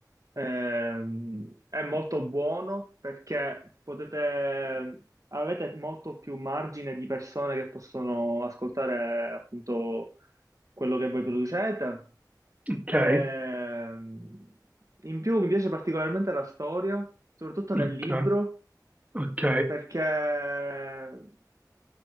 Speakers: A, on the right; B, on the right.
A: ehm, è molto buono perché potete, avete molto più margine di persone che possono ascoltare appunto quello che voi producete.
B: Ok,
A: Ehm, in più mi piace particolarmente la storia, soprattutto nel
B: ok,
A: libro,
B: ok.
A: perché eh,